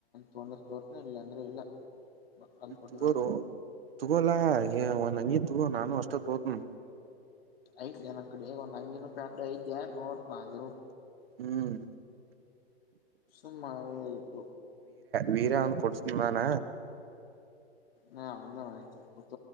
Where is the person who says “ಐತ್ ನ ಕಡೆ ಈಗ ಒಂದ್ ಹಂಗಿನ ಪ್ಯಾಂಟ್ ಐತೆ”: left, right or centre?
Left